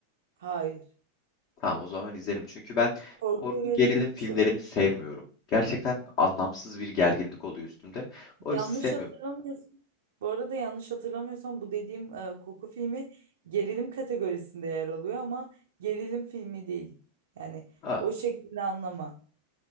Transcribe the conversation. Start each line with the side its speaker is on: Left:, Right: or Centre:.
Right: Hayır.
Left: Tamam o zaman izlerim. Çünkü ben
Right: Korku
Left: korku
Right: ögeleri
Left: gerilim filmlerini
Right: hiç yok.
Left: sevmiyorum. Gerçekten anlamsız bir gerginlik oluyor üstümde. O
Right: Yanlış
Left: hissi sevmiyorum.
Right: hatırlamıyorsun. Bu arada yanlış hatırlamıyorsam bu dediğim e, Koku filmi gerilim kategorisinde yer alıyor ama gerilim filmi değil. Yani
Left: Ha,
Right: o şekilde anlama.